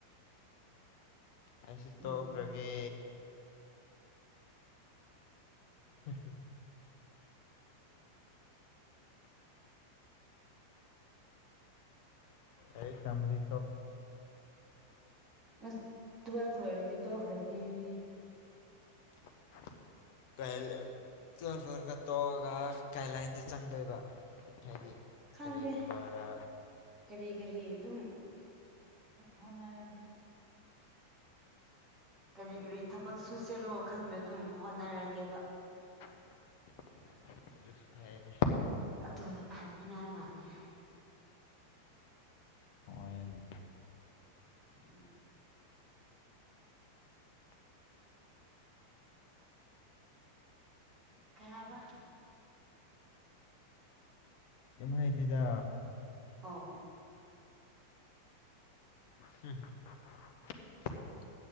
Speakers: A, on the left; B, on the right.
A: ꯑꯩꯁꯤ ꯇꯣꯛꯈ꯭ꯔꯒꯦ
B: ꯎꯝ
A: ꯎꯝ ꯑꯩ ꯆꯔꯤ
B: ꯑ ꯇꯨꯋꯦꯜ ꯐ꯭ꯂꯔꯗꯤ ꯇꯣꯈꯔꯗꯤꯗꯤ
A: <unintelligible> ꯐꯔꯦ ꯐꯔꯦ ꯇꯣꯛꯑꯒ ꯒꯥꯏꯗꯂꯥꯏꯟꯗ ꯆꯪꯗꯣꯏꯕ ꯍꯥꯏꯗꯤ
B: ꯈꯪꯗꯦ
A: ꯀꯔꯤꯒꯨꯝꯕꯗ
B: ꯀꯔꯤ ꯀꯔꯤ ꯑꯗꯨꯝ ꯍꯣꯠꯅꯔꯒꯦ ꯀꯔꯤ ꯀꯔꯤ ꯊꯕꯛ ꯁꯨꯁꯤꯔꯣ ꯈꯪꯗ ꯑꯗꯨꯝ ꯍꯣꯠꯅꯔꯒꯦꯕ
A: <unintelligible> ꯍꯥꯏꯅꯦ
B: ꯑꯗꯨꯅ ꯐꯅꯤꯡꯉꯥꯏ ꯃꯥꯜꯂꯦ
A: ꯍꯣꯏꯅꯦ
B: ꯎꯝ ꯀꯩ ꯍꯥꯏꯕ
A: ꯀꯩꯝ ꯍꯥꯏꯗꯦꯗ
B: ꯑꯣ
A: <unintelligible>